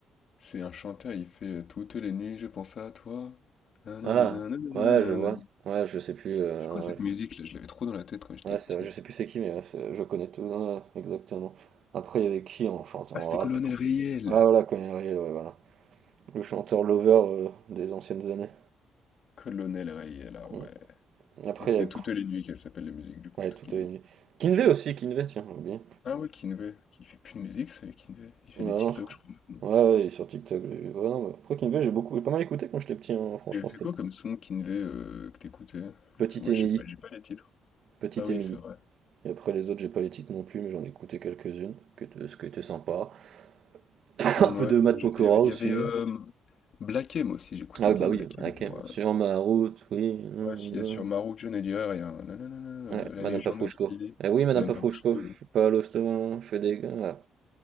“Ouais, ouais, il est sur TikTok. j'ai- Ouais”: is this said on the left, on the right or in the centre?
Right